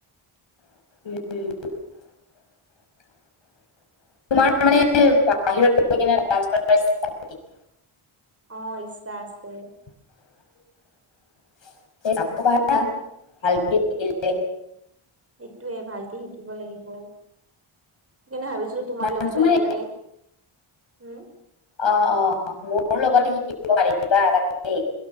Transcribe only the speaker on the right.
অঁ ইচ্ছা আছে।
সেইটোৱে ভালকে শিকিব লাগিব। সেইকাৰণে ভাবিছিলো তোমাৰ
লগতে
একেলগে, হুম